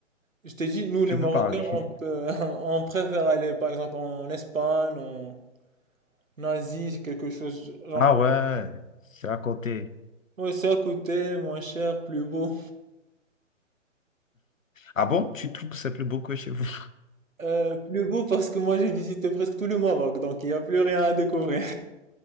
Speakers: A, on the right; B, on the left.
A: Je t'ai dit, nous les
B: tu
A: Marocains,
B: peux parler.
A: on peut,
B: <laughs>
A: <laughs> on préfère aller par exemple en Espagne, en, en Asie, quelque chose. Genre,
B: Ah ouais, c'est à côté.
A: ouais, c'est à côté, moins cher, plus beau.
B: Ah bon? Tu trouves que c'est plus beau que chez vous?
A: Euh, plus beau parce que moi j'ai visité presque tout le Maroc, donc il n'y a plus rien à découvrir.